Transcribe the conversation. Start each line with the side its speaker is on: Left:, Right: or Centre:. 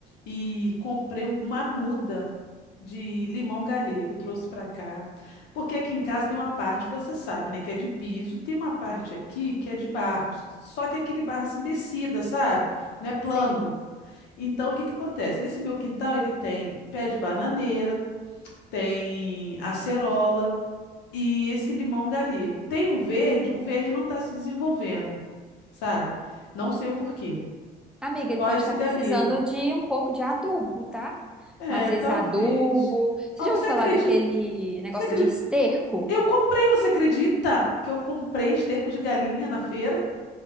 Left: E comprei uma muda de limão galego, trouxe para cá. Porque aqui em casa tem uma parte, você sabe, né, que é de piso, e tem uma parte aqui que é de barro. Só que é aquele barro assim descida, sabe? Não é plano.
Centre: Sei.
Left: Então, o que que acontece? Nesse meu quintal ele tem pé de bananeira, tem acerola, e esse limão galego. Tem o verde, o verde não está se desenvolvendo, sabe? Não sei o porquê.
Centre: Amiga, ele
Left: Só
Centre: pode
Left: esse
Centre: estar precisando
Left: galego.
Centre: de um pouco de adubo, tá?
Left: É,
Centre: Às vezes
Left: talvez.
Centre: adubo. Você
Left: Ah,
Centre: já
Left: você
Centre: ouviu falar
Left: acredita?
Centre: daquele negócio
Left: Você acredita?
Centre: de esterco?
Left: Eu comprei, você acredita? Que eu comprei esterco de galinha na feira?